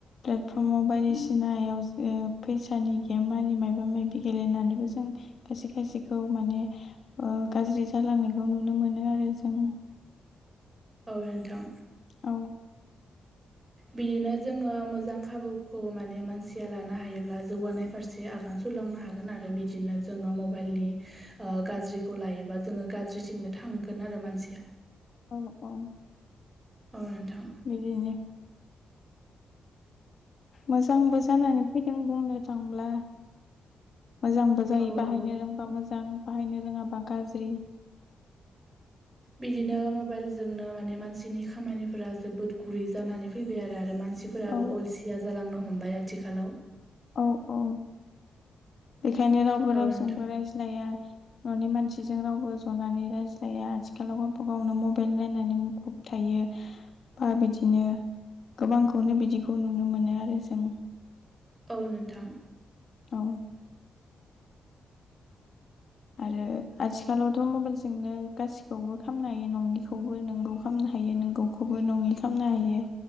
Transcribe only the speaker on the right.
औ नोंथां
बिदिनो जोङो मोजां खाबुखौ माने मानसिया लानो हायोब्ला जौगानाय फारसे आगान सुरलांनो हागोन आरो बिदिनो जोङो मबाइलनि ओ गाज्रिखौ लायोबा जोङो गाज्रिथिंनो थांगोन आरो मानसिया
औ नोंथां
औ
औ
बिदिनो मबाइल जोंनो माने मानसिनि खामानिफोरा जोबोद गुरै जानानै फैबाय आरो मान मानसिफोराबो
अलसिया जालांनो हमबाय आथिखालाव
औ
नोंथां
औ नोंथां